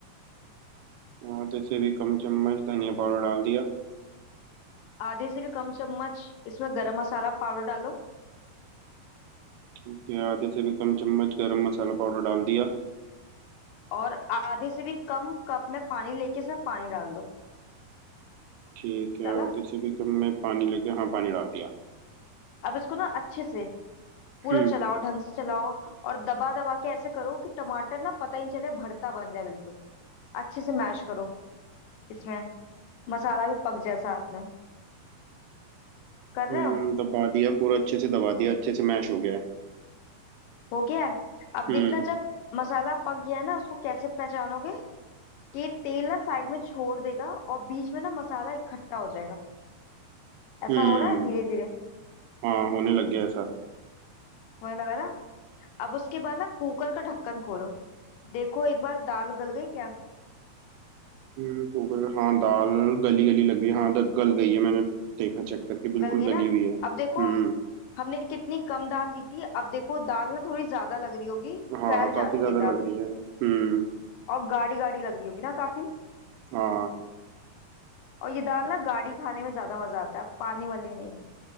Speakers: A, on the right; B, on the left.
A: आधे से भी कम चम्मच धनिया पाउडर डाल दिया
B: आधी से भी कम चम्मच इसमें गरम मसाला पाउडर डालो
A: ठीक है आधे से भी कम चम्मच गरम मसाला पाउडर डाल दिया
B: और आधे से भी कम कप में पानी लेके इसमें पानी डाल दो
A: ठीक है
B: डाला
A: आधे से भी कम में पानी लग गया हाँ पानी डाल दिया
B: अब इसको ना अच्छे से पूरा
A: हम्म।
B: चलाओ ढंग से चलाओ और दबा दबा के ऐसे करो कि टमाटर ना पता ही नहीं चले भरता बन जाए बिल्कुल अच्छे से मैश करो इसमें मसाला भी पक जाए साथ में कर
A: हम्म
B: रहे हो
A: दबा दिया पूरा अच्छे से दबा दिया अच्छे से मैश हो गया है
B: हो गया है अब
A: हम्म
B: देखना जब मसाला पक गया है ना उसको कैसे पहचानोगे कि तेल ना साइड में छोड़ देगा और बीच में ना मसाला इकट्ठा हो जाएगा ऐसा
A: हम्म
B: हो रहा है धीरे धीरे
A: हाँ होने लग गया ऐसा
B: होने लगा ना अब उसके बाद ना कुकर का ढक्कन खोलो देखो एक बार दाल गल गई क्या
A: हम्म कुकर हाँ दाल गली गली लग रही है हाँ द- गल गई है मैंने देखा चेक करके बिल्कुल
B: गल गई ना
A: गली हुई है हम्म
B: अब देखो हमने कितनी कम दाल दी थी अब देखो दाल ना थोड़ी ज्यादा लग रही होगी
A: हाँ
B: फैल जाती
A: काफी ज्यादा
B: है दाल
A: लग रही है हम्म
B: और गाढ़ी गाढ़ी लग रही होगी ना काफी
A: हाँ
B: और ये दाल ना गाढ़ी खाने में ज्यादा मजा आता है पानी वाली नहीं